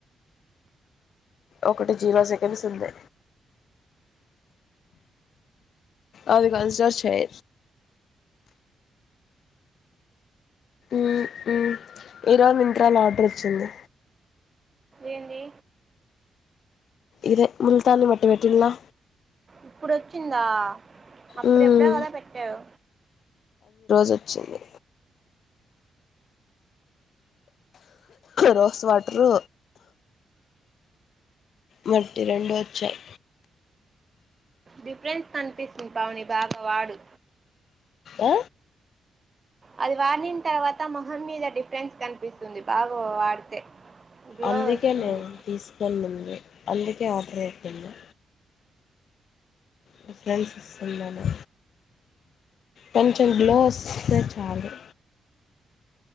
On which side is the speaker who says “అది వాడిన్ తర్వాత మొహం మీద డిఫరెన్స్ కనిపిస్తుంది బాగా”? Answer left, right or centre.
Right